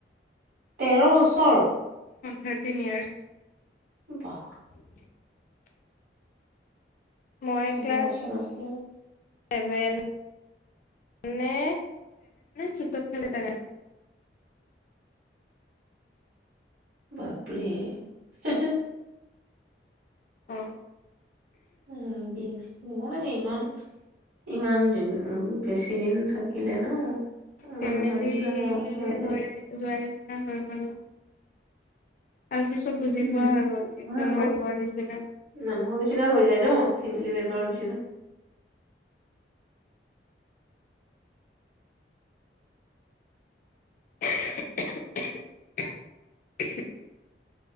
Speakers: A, on the right (about 80°); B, on the left (about 50°).
A: তেৰ বছ কৰ
B: থাৰটিন ইয়াৰছ
A: বাহ
B: <inaudible> মই
A: তেৰ
B: ক্লাছ
A: বছৰ আছিল
B: ছেভেন নে চিকত থাক <unintelligible>
A: বাপৰে হে হে
B: অ'
A: লাগে বেয়া লাগে ইমান ইমান দিন উম বেছি দিন থাকিলে ন'
B: ফেমিলি
A: মানুহৰ নিচিনা মৰম সোমাই যায়তো
B: হৈ <unintelligible> হৈ গ'ল ন' আৰু সি চব বুজি
A: উম
B: পোৱা হৈ গ'ল একদম
A: হয় আকৌ
B: মানুহৰ নিচিনা
A: মানুহৰ নিচিনা হৈ যায় ন' ফেমিলি মেম্বাৰৰ নিচিনা
B: <inaudible>